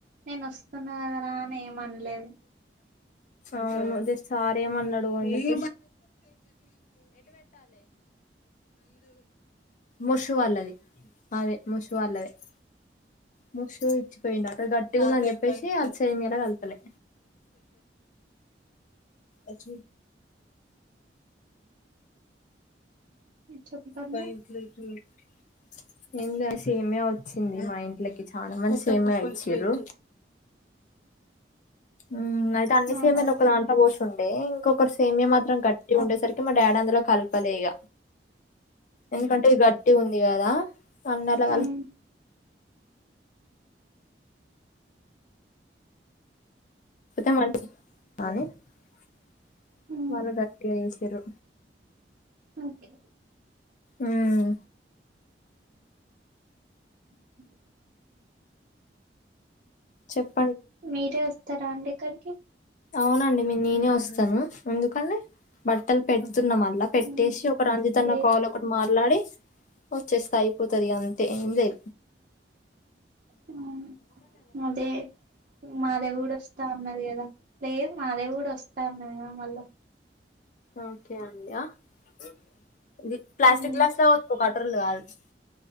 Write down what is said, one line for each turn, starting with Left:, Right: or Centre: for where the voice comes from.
Right: నేను వస్తున్నా కదరా అని ఏమ అనలేదు
Left: అవును జస్ట్ సార్రేమన్నాడు అంటే ముషు వల్లది అదే ముషు వాల్లదే <inaudible> ముష ఇచ్చిపోయిండట అ గట్టిగుందని చెప్పేసి అది చే మీలా కలపలే అచ్చ
Right: చెప్పండి
Left: పాయింట్లు ఇక్డ్ పెట్ ఎంగాద్ సేమే అచ్చింది మా ఇంట్లకి చాలా మంది సేమే అచ్చింరు ఉమ్ అయితే అన్ని
Right: అవునా
Left: సేమ్యలు ఒక దాంట పోష్ ఉండే ఇంకొకర్ సేమ్యా మాత్రం గట్టి ఉండేసరికి మా డాడ అందులో కలపలే ఇగ ఎందుకంటే ఇది గట్టి ఉంది కదా నన్నెల కల్
Right: ఉమ్
Left: అయితే మా ఇంటి <unintelligible>
Right: ఉమ్
Left: వాళ్ళ గట్టిగా చేసిర్రు
Right: ఓకే
Left: ఉమ్
Right: <inaudible>
Left: చెప్
Right: మీరే వస్తారా అండి ఇక్కడికి
Left: అవునండి మీ నేనే వస్తాను ఎందుకండి బట్టలు పెట్ తున్న మళ్ళ పెట్టేసి
Right: ఉమ్
Left: ఒక అంజతన్న
Right: లేదు
Left: కాల్ ఒకటి మాట్లాడి వచ్చేస్త అయిపోతుంది అ టెన్జాయ్
Right: అవును మద మాధవి కుడుస్త త అన్నాది గద లేదు మాదేవి కూడా వస్తా అన్నదిగ మళ్ళా
Left: ఓకే అండి అహకే ప్లాస్టిక్
Right: ఉమ్
Left: గ్లాస్ లా వసుకోకట్ ట్రర్లు గ్రూప్